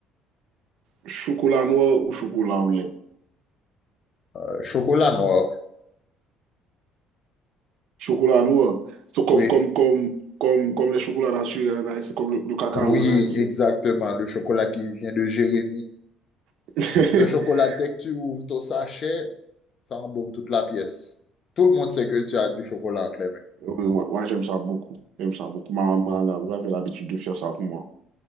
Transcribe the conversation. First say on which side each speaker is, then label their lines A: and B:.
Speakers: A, on the right; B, on the left.
A: chocolat noir ou chocolat au lait?
B: Euh, chocolat noir.
A: Chocolat noir, c'est comme,
B: Oui.
A: comme, comme, comme, comme les chocolats naturels en Haïti, comme le, le cacao
B: Oui,
A: en Haïti.
B: exactement. Le chocolat qui vient de Jérémy.
A: <laughs>
B: Ce chocolat, dès que tu ouvres ton sachet, ça embaume toute la pièce. Tout le monde sait que tu as du chocolat entre les mains.
A: Oui, moi, moi, j'aime ça beaucoup. J'aime ça beaucoup. Ma maman elle avait avait l'habitude de faire ça pour moi.